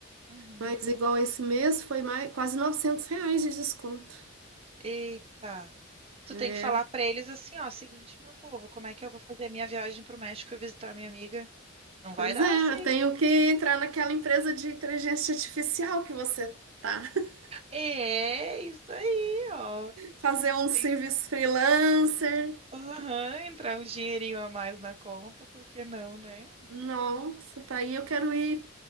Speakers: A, on the right; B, on the right.
A: uhum.
B: Mas igual esse mês foi mais, quase 900 reais de desconto.
A: Eita. Tu
B: É,
A: tem que falar pra eles assim, ó, seguinte, meu povo, como é que eu vou fazer a minha viagem pro México e visitar minha amiga? Não
B: Pois
A: vai dar
B: é,
A: assim.
B: eu tenho que entrar naquela empresa de inteligência artificial que você tá. <laughs>
A: É isso aí, ó.
B: Fazer um serviço
A: Sim.
B: freelancer.
A: Aham, entrar um dinheirinho a mais na conta, por que não, né?
B: Nossa, pra aí eu quero ir,